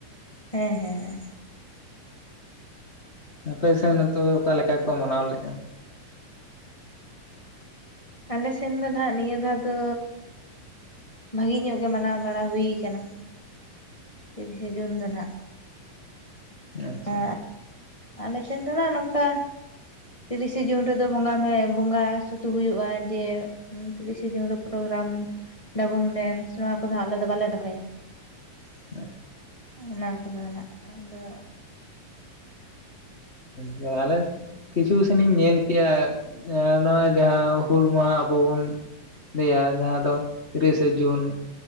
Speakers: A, on the left (about 20°); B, on the left (about 45°).
A: ᱦᱮᱸ ᱦᱮᱸ ᱦᱮᱸ
B: ᱟᱯᱮ ᱥᱮᱱ ᱛᱚ ᱚᱠᱟ ᱞᱮᱠᱟ ᱠᱚ ᱢᱟᱱᱟᱣ ᱞᱮᱫᱼᱟ?
A: ᱟᱞᱮ ᱥᱮᱱ ᱫᱚ ᱱᱟᱦᱟᱜ ᱱᱤᱭᱟᱹ ᱫᱷᱟᱣ ᱫᱚ ᱵᱷᱟᱜᱮ ᱧᱚᱜ ᱜᱮ ᱢᱟᱱᱟᱣ ᱵᱟᱲᱟ ᱦᱩᱭ ᱠᱟᱱᱟᱱᱟ ᱛᱤᱨᱤᱥᱮ ᱡᱩᱱ ᱫᱚ ᱦᱟᱜ᱾
B: ᱟᱪᱪᱷᱟ
A: ᱟᱻ ᱟᱞᱮ ᱥᱮᱱ ᱫᱚ ᱟᱸᱜ ᱱᱚᱝᱠᱟ, ᱛᱤᱨᱤᱥᱮ ᱡᱩᱱ ᱨᱮᱫᱚ ᱵᱚᱸᱜᱟ ᱢᱮ ᱵᱚᱸᱜᱟ ᱥᱩᱫᱩ ᱦᱩᱭᱩᱜᱼᱟ ᱡᱮ- ᱛᱤᱨᱤᱥᱮ ᱡᱩᱱ ᱨᱮ ᱯᱨᱳᱜᱨᱟᱢ ᱰᱟᱵᱩᱝ ᱰᱮᱱᱥ ᱱᱚᱣᱟ ᱠᱚᱫᱚ ᱟᱞᱮ ᱫᱚ ᱵᱟᱞᱮ ᱫᱚᱦᱚᱭᱟ᱾
B: ᱦ
A: ᱚᱱᱟ ᱠᱚᱫᱚ ᱦᱟᱸᱱᱟᱜ ᱟᱫᱚ,
B: ᱦᱮ ᱟᱞᱮ ᱠᱤᱪᱷᱩ ᱥᱮᱱᱤᱧ ᱧᱮᱞ ᱠᱮᱜᱼᱟ ᱱᱚᱣᱟ ᱡᱟᱦᱟᱸ ᱦᱩᱞ ᱢᱟᱦᱟ ᱟᱵᱚ ᱵᱩᱱ ᱞᱟᱹᱭᱟ ᱡᱟᱦᱟᱸ ᱫᱚ ᱛᱤᱨᱤᱥᱮ ᱡᱩᱱ,